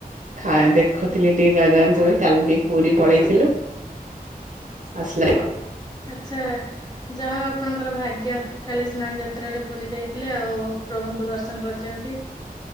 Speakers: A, on the right (about 55°); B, on the left (about 25°).
A: ଖା ଦେଖୁଥିଲି ଟିକେ <unintelligible> କାଲି ପୁରୀ ପଳେଇଥିଲୁ। ଆସଲ <unintelligible>
B: ଆଚ୍ଛା ଯାହଉ ଆପଣଙ୍କର ଭାଗ୍ୟ କାଲି ସ୍ନାନ ଯାତ୍ରାରେ ପୁରୀ ଯାଇଥିଲେ ଆଉ। ପ୍ରଭୁଙ୍କୁ ଦର୍ଶନ କରିଚନ୍ତି।